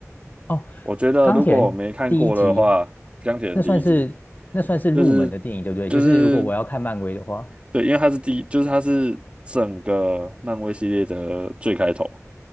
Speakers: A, on the left (about 35°); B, on the right (about 25°).
A: 哦，
B: 我觉得如果我没看过的话，
A: 钢铁人第一集，
B: 《钢铁人》第一集
A: 那算是那算是入门的电影，
B: 就是
A: 对不对？
B: 就是
A: 就是如果我要看漫威的话，
B: 对，因为它是第一，就是它是整个漫威系列的最开头，